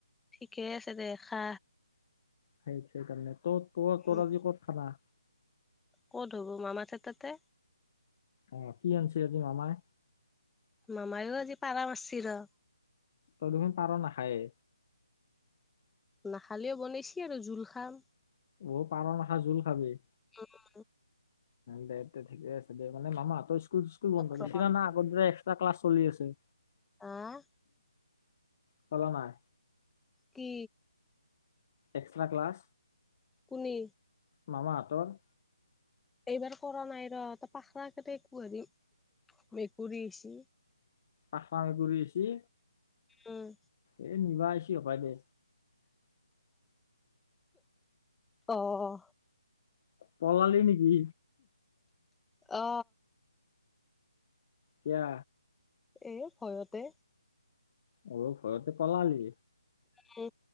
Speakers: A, in the centre; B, on the left.
A: ঠিকে আছে দে খা।
B: সেই সেইকাৰণে তোৰ তোৰ
A: উম
B: তোৰ আজি ক'ত খানা?
A: ক'ত শুব মামা তাত তাতে?
B: অ' কি আনিছিল আজি মামাই?
A: মামাইও আজি পাৰা মাচি ৰ'।
B: তই দেখোন পাৰ নাখায়ে।
A: নাখালেও বনাইছি আৰু জোল খাম।
B: অ পাৰ নাখাও জোল খাবি।
A: উম।
B: দে দে ঠিকে আছে দে মানে মামাহঁতৰ স্কুল চিস্কুল বন্ধ
A: ৰ
B: দিছি না না? সকলোৰে এক্সত্ৰা ক্লাছ চলি আছে।
A: আহ
B: চলা নাই?
A: কি?
B: Extra class?
A: কোনি?
B: মামাহঁতৰ।
A: এইবাৰ কৰা নাই ৰ, তাপা খানা একো হেৰী মেকুৰী আহিছি।
B: পাথা মেকুৰী আহিছি,
A: উম
B: এ নিবা আহিছি হপায় দে।
A: অহ।
B: পলালি নেকি?
A: অ।
B: কিয়া।
A: এ ভয়তে
B: অ', ভয়তে পলালি।
A: মো